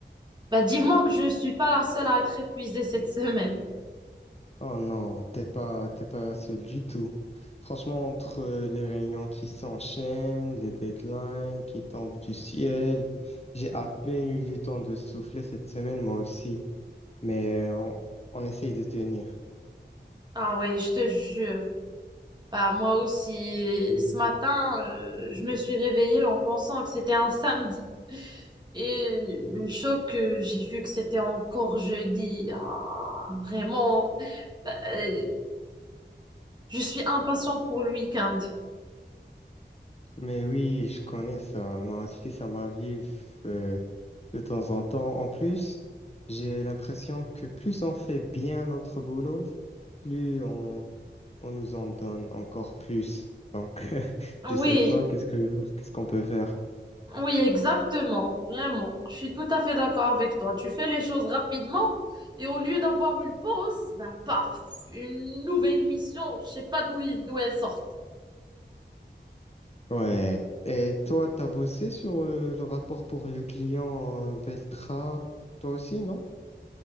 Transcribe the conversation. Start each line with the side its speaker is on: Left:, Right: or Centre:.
Right: Bah, dis-moi que je suis pas la seule à être épuisée cette semaine.
Left: Oh non, t'es pas, t'es pas seul du tout. Franchement, entre les réunions qui s'enchaînent, les deadlines qui tombent du ciel, j'ai à peine eu du temps de souffler cette semaine, moi aussi. Mais on, on essaye de tenir.
Right: Ah ouais, je te jure. Bah, moi aussi, ce matin, euh, je me suis réveillée en pensant que c'était un samedi. Et le choc que j'ai vu que c'était encore jeudi. Ah, vraiment. Bah, euh, Je suis impatiente pour le week-end.
Left: Mais oui, je connais ça. Moi aussi, ça m'arrive euh, de temps en temps. En plus, j'ai l'impression que plus on fait bien notre boulot, plus on, on nous en donne encore plus. Donc, <laughs> je
Right: Oui,
Left: sais pas qu'est-ce que qu'est-ce qu'on peut faire.
Right: oui, exactement, vraiment. Je suis tout à fait d'accord avec toi. Tu fais les choses rapidement et au lieu d'avoir une pause, ben paf, une nouvelle mission. Je sais pas d'où il- d'où elle sort.
Left: Ouais. Et toi, t'as bossé sur euh, le rapport pour le client euh, Beltra, toi aussi, non?